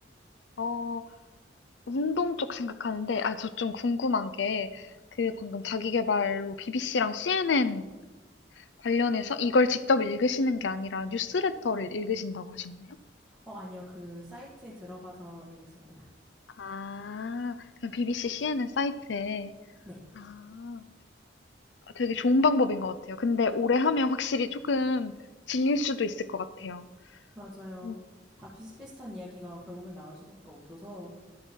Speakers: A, on the left (about 75°); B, in the centre.
A: 어, 운동 쪽 생각하는데, 아, 저 좀 궁금한 게, 그 방금 자기계발로 BBC랑 CNN 관련해서 이걸 직접 읽으시는 게 아니라 뉴스레터를 읽으신다고 하셨나요?
B: 어, 아니요. 그 사이트에 들어가서 읽습니다.
A: 아, 그냥 BBC, CNN 사이트에.
B: 네,
A: 아, 되게 좋은 방법인 것 같아요. 근데 오래 하면 확실히 조금 질릴 수도 있을 것 같아요.
B: 맞아요.
A: 음,
B: 다 비슷비슷한 이야기가 결국엔 나올 수밖에 없어서